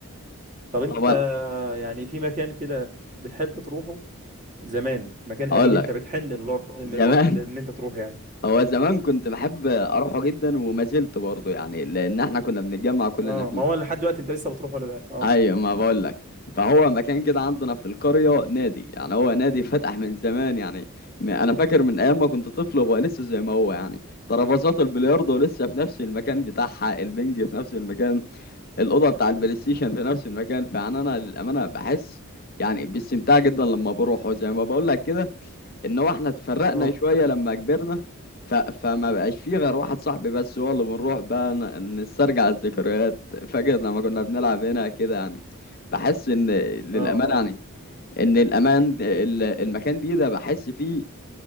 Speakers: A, on the right; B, on the left.
A: طب انت
B: طبعا
A: يعني في مكان كده بتحب تروحه زمان مكان
B: هقول
A: قديم انت
B: لك
A: بتحن للور- للمرو-
B: زمان
A: لان انت تروح يعني
B: هو زمان كنت بحب اروحه جدا وما زلت برضه يعني لان احنا كنا بنتجمع كلنا
A: اه
B: فيه
A: ما هو لحد دلوقتي انت لسه بتروح ولا لا اه
B: ايوه ما بقول لك فهو مكان كده عندنا في القريه نادي يعني هو نادي فتح من زمان يعني م- انا فاكر من ايام ما كنت طفل هو لسه زي ما هو يعني ترابيزات البلياردو لسه في نفس المكان بتاعها البنج في نفس المكان الاوضه بتاع البلاي ستيشن في نفس المكان فيعني انا للامانه بحس يعني باستمتاع جدا لما بروح وزي ما بقول لك كده ان هو احنا اتفرقنا
A: اه
B: شويه لما كبرنا ف... فما بقاش فيه غير واحد صاحبي بس هو اللي بنروح بقى ن- نسترجع الذكريات فاكر لما كنا بنلعب هنا كده يعني بحس ان للامانه
A: اه اه
B: يعني ان الامان ال- المكان دي ده بحس فيه